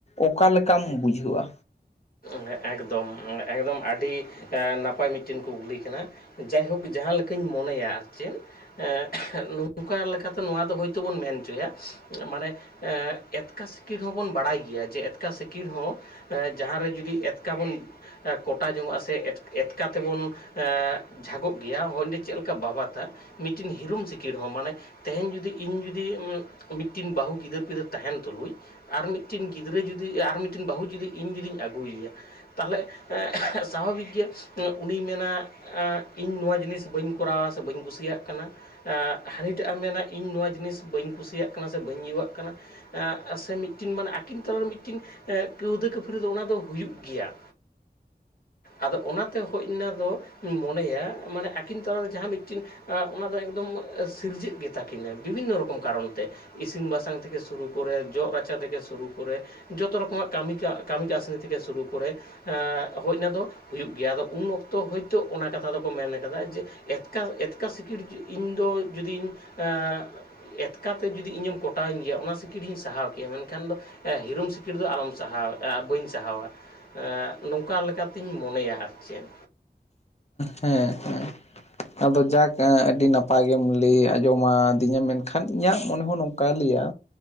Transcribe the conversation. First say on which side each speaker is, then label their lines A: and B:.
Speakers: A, on the left; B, on the left.
A: ᱚᱠᱟ ᱞᱮᱠᱟᱢ ᱵᱩᱡᱷᱟᱹᱣ ᱟ?
B: ᱮ ᱮᱠᱫᱚᱢ ᱮᱠᱫᱚᱢ ᱟᱹᱰᱤ ᱟᱱ ᱱᱟᱯᱟᱭ ᱢᱤᱜᱴᱤᱱ ᱠᱩᱠᱞᱤ ᱠᱟᱱᱟ᱾ ᱡᱟᱭᱦᱳᱠ ᱡᱟᱦᱟᱸ ᱞᱮᱠᱟᱧ ᱢᱚᱱᱮᱭᱟ ᱟᱨ ᱪᱮᱫ ᱮᱸᱜ ᱱᱚᱝᱠᱟ ᱞᱮᱠᱟᱛᱮ ᱱᱚᱣᱟ ᱫᱚ ᱦᱳᱭᱛᱳ ᱵᱚᱱ ᱢᱮᱱ ᱪᱚᱭᱟ ᱢᱟᱱᱮ ᱮᱸᱜ ᱮᱛᱠᱟ ᱥᱤᱠᱤᱲ ᱦᱚᱸᱵᱚᱱ ᱵᱟᱲᱟᱭ ᱜᱮᱭᱟ ᱡᱮ ᱮᱛᱠᱟ ᱥᱤᱠᱤᱲ ᱦᱚᱸ ᱮᱡ ᱡᱟᱦᱟᱸ ᱨᱮ ᱡᱩᱫᱤ ᱮᱛ ᱠᱟᱵᱚᱱ ᱟᱸᱜ ᱠᱚᱴᱟ ᱡᱚᱝᱚᱜᱼᱟ ᱥᱮ ᱮᱴ ᱮᱛᱠᱟ ᱛᱮᱵᱚᱱ ᱮᱸᱜ ᱡᱷᱟᱜᱚᱜ ᱜᱮᱭᱟ ᱦᱚᱸᱭᱰᱮ ᱪᱮᱞ ᱞᱮᱠᱟ ᱵᱟᱵᱟᱛᱟ ᱢᱤᱴᱤᱱ ᱦᱤᱨᱚᱢ ᱥᱤᱠᱤᱲ ᱦᱚᱸ ᱢᱟᱱᱮ ᱛᱮᱦᱮᱧ ᱡᱩᱫᱤ ᱤᱧ ᱡᱩᱫᱤ ᱩᱸᱜ ᱢᱤᱴᱴᱤᱱ ᱵᱟᱹᱦᱩ ᱜᱤᱫᱟᱹᱨ ᱯᱤᱫᱟᱹᱨ ᱛᱟᱦᱮᱱ ᱛᱩᱞᱩᱡ ᱟᱨ ᱢᱤᱜᱴᱤᱱ ᱜᱤᱫᱽᱨᱟᱹ ᱡᱩᱫᱤ ᱟᱨ ᱦᱚᱸ ᱢᱤᱴᱤᱱ ᱵᱟᱹᱦᱩ ᱡᱩᱫᱤ ᱤᱧ ᱡᱩᱫᱤᱧ ᱟᱹᱜᱩᱭᱮᱭᱟ᱾ ᱛᱟᱦᱚᱞᱮ ᱮᱸᱜ ᱥᱟᱵᱷᱟᱵᱤᱠ ᱜᱮ ᱮᱸᱜ ᱩᱱᱤ ᱢᱮᱱᱟ ᱟᱸᱜ ᱤᱧ ᱱᱚᱣᱟ ᱡᱤᱱᱤᱥ ᱵᱟᱹᱧ ᱠᱚᱨᱟᱣᱟ ᱥᱮ ᱵᱟᱹᱧ ᱠᱩᱥᱤᱭᱟᱜ ᱠᱟᱱᱟ᱾ ᱟᱸᱜ ᱦᱟᱹᱱᱤᱴᱟᱜ ᱮᱢ ᱢᱮᱱᱟ ᱤᱧ ᱱᱚᱣᱟ ᱡᱤᱱᱤᱥ ᱵᱟᱹᱧ ᱠᱩᱥᱤᱭᱟᱜ ᱠᱟᱱᱟ ᱥᱮ ᱵᱟᱹᱧ ᱤᱭᱟᱹᱣᱟᱜ ᱠᱟᱱᱟ᱾ ᱟᱸᱜ ᱥᱮ ᱢᱤᱴᱤᱱ ᱢᱟᱱᱮ ᱟᱹᱠᱤᱱ ᱛᱟᱞᱟᱨᱮ ᱢᱤᱴᱤᱱ ᱠᱟᱹᱣᱫᱟᱹ ᱠᱟᱹᱯᱷᱟᱹᱨᱤ ᱫᱚ ᱚᱱᱟ ᱫᱚ ᱦᱩᱭᱩᱜ ᱜᱮᱭᱟ᱾ ᱟᱫᱚ ᱚᱱᱟᱛᱮ ᱦᱳᱢ ᱱᱟ ᱫᱚ ᱢᱚᱱᱮᱭᱟ ᱢᱟᱱᱮ ᱟᱹᱠᱤᱱ ᱛᱟᱞᱟᱨᱮ ᱡᱟᱦᱟᱸ ᱢᱤᱜᱴᱤᱱ ᱟ ᱚᱱᱟ ᱫᱚ ᱮᱠᱫᱚᱢ ᱥᱤᱨᱡᱟᱹᱜ ᱜᱮᱛᱟ ᱠᱤᱱᱟᱹ ᱵᱤᱵᱷᱤᱱᱱᱚ ᱨᱚᱠᱚᱢ ᱠᱟᱨᱚᱱ ᱛᱮ᱾ ᱤᱥᱤᱱ ᱵᱟᱥᱟᱝ ᱛᱷᱮᱠᱮ ᱥᱩᱨᱩ ᱠᱚᱨᱮ ᱡᱚᱜ ᱨᱟᱪᱟ ᱛᱷᱮᱠᱮ ᱥᱩᱨᱩ ᱠᱚᱨᱮ ᱡᱚᱛᱚ ᱨᱚᱠᱚᱢᱟᱜ ᱠᱟᱹᱢᱤ ᱠᱟᱜ ᱠᱟᱹᱢᱤ ᱠᱟᱹᱥᱱᱤ ᱛᱷᱮᱠᱮ ᱥᱩᱨᱩ ᱠᱚᱨᱮ ᱟᱜ ᱦᱳᱡ ᱱᱟ ᱫᱚ ᱦᱩᱭᱩᱜ ᱜᱮᱭᱟ ᱟᱫᱚ ᱩᱱ ᱚᱠᱛᱚ ᱦᱳᱭᱛᱳ ᱚᱱᱟ ᱠᱟᱛᱷᱟ ᱫᱚᱠᱚ ᱢᱮᱱ ᱟᱠᱟᱫᱟ ᱡᱮ ᱮᱛᱠᱟ ᱮᱛᱠᱟ ᱥᱤᱠᱤᱲ ᱡᱩ ᱤᱧᱫᱚ ᱡᱩᱫᱤᱧ ᱟᱸᱻ ᱮᱛᱠᱟ ᱛᱮ ᱡᱩᱫᱤ ᱤᱧ ᱮᱢ ᱠᱚᱴᱟ ᱟᱧ ᱜᱮᱭᱟ ᱚᱱᱟ ᱥᱤᱠᱤᱲ ᱤᱧ ᱥᱟᱦᱟᱣ ᱠᱮᱭᱟ ᱢᱮᱱᱠᱷᱟᱱ ᱫᱚ ᱮ ᱦᱤᱨᱳᱢ ᱥᱤᱠᱤᱲ ᱫᱚ ᱟᱞᱚᱢ ᱥᱟᱦᱟᱣ ᱮ-ᱟ ᱵᱟᱹᱧ ᱥᱟᱦᱟᱣᱟ᱾ ᱮᱸᱜ ᱱᱚᱝᱠᱟ ᱞᱮᱠᱟᱛᱤᱧ ᱢᱚᱱᱮᱭᱟ ᱟᱨ ᱪᱮᱫ᱾
A: ᱦᱮᱸ ᱦᱮᱸ᱾ ᱟᱫᱚ ᱡᱟᱠ ᱟᱸ ᱟᱹᱰᱤ ᱱᱟᱯᱟᱭ ᱜᱮᱢ ᱞᱟᱹᱭ ᱟᱸᱡᱚᱢᱟᱫᱤᱧᱟ ᱢᱮᱱᱠᱷᱟᱱ ᱤᱧᱟᱹᱜ ᱢᱚᱱᱮ ᱦᱚᱸ ᱱᱚᱝᱠᱟᱭ ᱞᱟᱹᱭᱟ